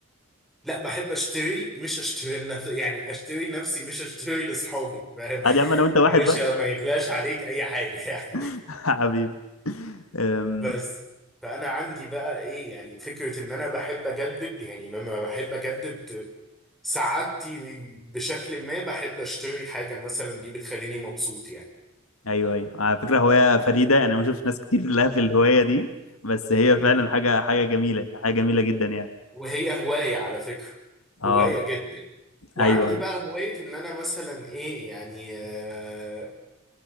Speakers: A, in the centre; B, on the left (about 80°).
A: لا بحب اشتري مش اشتري لنفسي يعني اشتري لنفسي مش اشتري لاصحابي فاهم
B: عادي يا عم انا وانت واحد
A: يا باشا
B: بقى
A: ما يغلاش عليك اي حاجه يعني
B: <laughs> حبيبي أم،
A: <laughs> بس فانا عندي بقى ايه يعني فكره ان انا بحب اجدد يعني لما بحب اجدد سعادتي بشكل ما بحب اشتري حاجه مثلا دي بتخليني مبسوط يعني
B: ايوه ايوه على فكره هوايه فريده يعني انا ما بشوفش ناس كتير لها في الهوايه دي بس هي
A: مم.
B: فعلا حاجه حاجه جميله حاجه جميله جدا يعني
A: وهي هوايه على فكره
B: اه
A: هوايه جدا وعندي
B: ايوه أيوه.
A: بقى هوايه ان انا مثلا ايه يعني آه،